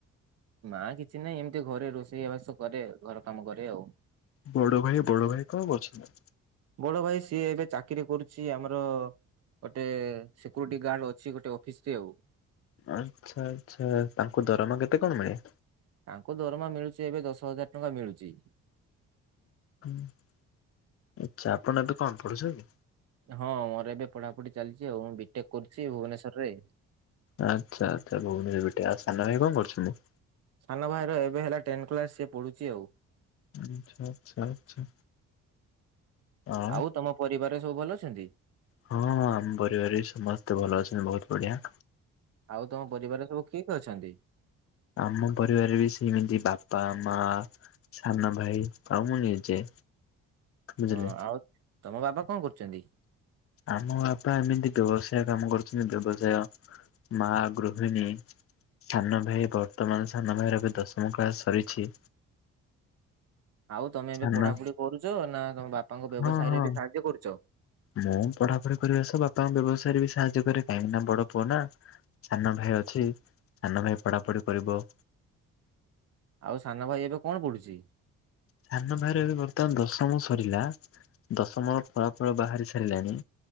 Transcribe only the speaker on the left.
ବଡ ଭାଇ ବଡ ଭାଇ କଁ କରୁଛନ୍ତି?
ଆଛା ଆଛା ତାଙ୍କୁ ଦରମା କେତେ କଣ ମିଳେ?
<inaudible> ଆଛା ଆପଣ ଏବେ କଣ ପଢୁଛନ୍ତି।
ଆଚ୍ଛା ଆଚ୍ଛା ଭୁବନେ ଭେଟେ ଆଉ ସାନ ଭାଇ କଣ କରୁଛନ୍ତି।
ଆଛା ଆଛା ଆଛା ଆ
ହଁ ହଁ ଆମ ପରିବାରରେ ବି ସମସ୍ତେ ଭଲ ଅଛନ୍ତି ବହୁତ ବଢିଆ।
ଆମ ପରିବାରରେ ବି ସେମିତି ବାପା, ମା ସାନ ଭାଇ ଆଉ ମୁଁ ନିଜେ। ବୁଝିଲେ
ଆମ ବାପା ଏମିତି ବ୍ୟବସାୟ କାମ କରୁଚନ୍ତି। ବ୍ୟବସାୟ ମା ଗୃହିଣୀ। ସାନ ଭାଇ ବର୍ତ୍ତମାନ ସାନ ଭାଇର ଏବେ ଦଶମ କ୍ଳାସ ସରିଛି।
ସାନ
ହଁ ହଁ
ମୁଁ ପଢାପଢି କରିବା ସହ ବାପାଙ୍କ ବ୍ୟବସାୟରେ ବି ସାହାଯ୍ୟ କରେ କାହିଁକି ନା ବଡ ପୁଅ ନା। ସାନ ଭାଇ ଅଛି ସାନ ଭାଇ ପଢାପଢି କରିବ।
ସାନ ଭାଇର ଏବେ ବର୍ତ୍ତମାନ ଦଶମ ସରିଲା। ଦଶମ ଫଳାଫଳ ବାହାରି ସାରିଲାଣି।